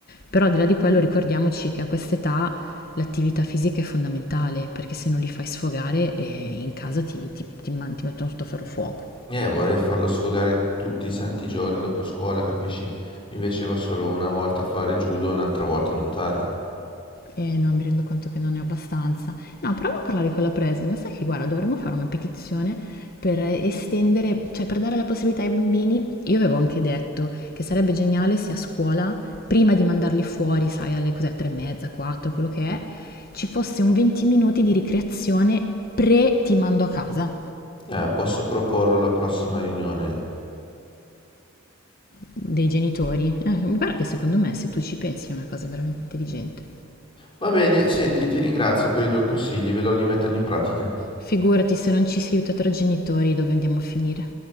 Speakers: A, on the left; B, on the left.
A: Però al di là di quello ricordiamoci che a quest'età L'attività fisica è fondamentale perché se non li fai sfogare eh, in casa ti, ti- ti man- ti mettono sotto ferro fuoco.
B: Eh, vorrei farlo sfogare tutti i santi giorni dopo scuola, capisci? Invece va solo una volta a fare judo, e un'altra volta a nuotare.
A: E no, mi rendo conto che non ne ho abbastanza. No, proviamo a parlare con la preside, ma sai che guarda, dovremmo fare una petizione per estendere, cioè per dare la possibilità ai bambini. Io avevo anche detto che sarebbe geniale se a scuola, prima di mandarli fuori, sai, alle cos'è, tre e mezza, quattro, quello che è, ci fosse un 20 minuti di ricreazione pre ti mando a casa.
B: Eh, posso proporlo alla prossima riunione.
A: dei genitori. Eh, guarda che secondo me se tu ci pensi è una cosa veramente intelligente.
B: Va bene, senti, ti ringrazio per i tuoi consigli, vedrò di metterli in pratica.
A: Figurati se non ci si aiuta tra genitori dove andiamo a finire.